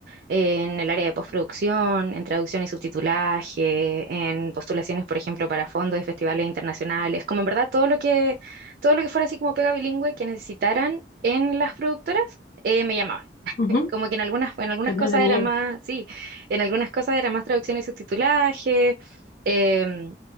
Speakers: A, on the right; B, on the left.
A: eh, en el área de postproducción, en traducción y subtitulaje, en postulaciones, por ejemplo, para fondos y festivales internacionales, como en verdad todo lo que, todo lo que fuera así como pega bilingüe que necesitaran en las productoras, eh, me llamaban
B: Ujú.
A: como que en algunas, en algunas
B: Qué entretenido.
A: cosas era más, sí, en algunas cosas era más traducción y subtitulaje, em,